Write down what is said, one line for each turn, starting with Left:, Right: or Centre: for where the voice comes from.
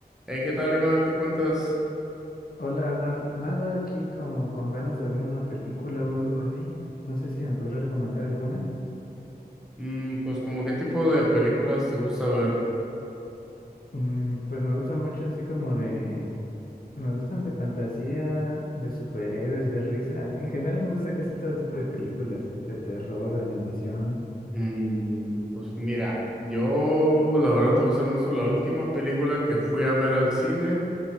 Centre: Hey, ¿qué tal, Iván? ¿Qué cuentas?
Left: Hola Arnold, nada aquí como con ganas de ver una película o algo así. No sé si me podrías recomendar alguna.
Centre: Mm, pues, como qué tipo de películas te gusta ver?
Left: Mm, pues me gusta mucho así como de... Me gustan de fantasía, de superhéroes, de risa. En general me gusta casi todo tipo de películas, de terror, de animación.
Centre: Mm, pues mira, yo la verdad te voy a ser honesto, la última película que fui a ver al cine,